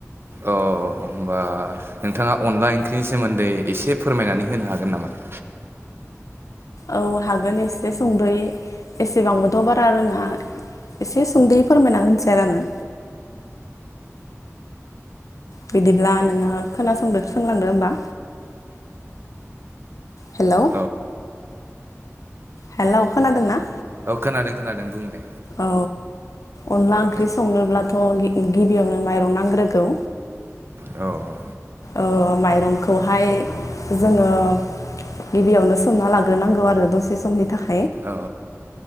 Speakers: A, on the right (about 45°); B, on the left (about 85°).
A: औ होनोमबा नोंथांङा अनला ओंख्रिनि सोमोन्दै एसे फोरमायनानै होनो हागोन नामा? <inaudible>
B: औ हागोन एसे संद'यै एसेबांबोथ' बारा रोङा एसे सुंद'यै फोरमायना होनोसै आरो आंङो
A: <inaudible>
B: बिदिब्ला नोंङो खोनासंदो सोंलांदो होमबा हेलौ
A: औ
B: हेलौ खोनादों ना?
A: औ खोनादों खोनादों बुं दे
B: औ अनला ओंख्रि
A: औ
B: संनोब्लाथ' गिबियावनो मरंनांग्रोगौ
A: औ औ
B: ओ माइरंखौहाय
A: थारैनो
B: जोङो गिबियावनो सोमना लाग्रोनांगौ आरो दसे समनि थाखाय
A: औ